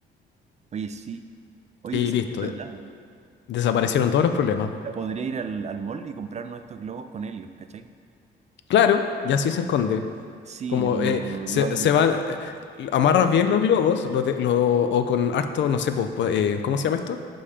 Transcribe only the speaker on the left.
Y
listo,
de- desaparecieron todos los problemas.
Claro, y así se esconde.
Como
eh, se,
se
van, eh, amarras bien los globos, los de- lo- o con harto, no sé, pues, pues, eh, ¿cómo se llama esto?